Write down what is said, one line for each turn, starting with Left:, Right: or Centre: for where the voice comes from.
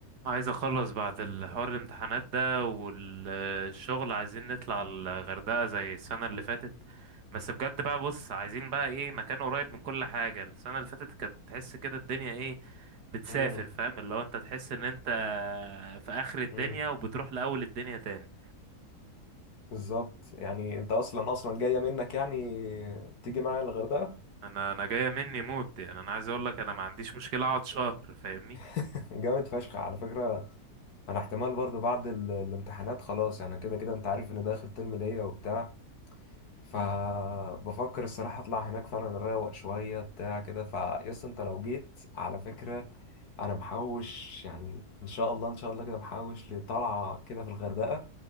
Right: عايز اخلص بعد الحوار الامتحانات ده والشغل عايزين نطلع الغردقة زي السنة اللي فاتت بس بجد بقى بص عايزين بقى ايه مكان قريب من كل حاجة السنة اللي فاتت كانت تحس كده الدنيا ايه بتسافر
Left: امم
Right: فاهم اللي هو انت تحس ان انت في اخر الدنيا
Left: امم
Right: وبتروح لاول الدنيا تاني
Left: بالظبط يعني انت اصلا اصلا جايه منك يعني تيجي معايا الغردقه
Right: انا انا جاية مني موت يعني انا عايز اقول لك انا ما عنديش مشكلة اقعد شهر فاهمني
Left: <laughs> جامد فشخ على فكره انا احتمال برضو بعد ال- الامتحانات خلاص يعني كده كده انت عارف ان ده اخر ترم ليا وبتاع فبفكر الصراحه اطلع هناك فعلا اروق شويه بتاع كده فيس انت لو جيت على فكره انا محوش يعني ان شاء الله ان شاء الله كده محوش لطلعه كده في الغردقه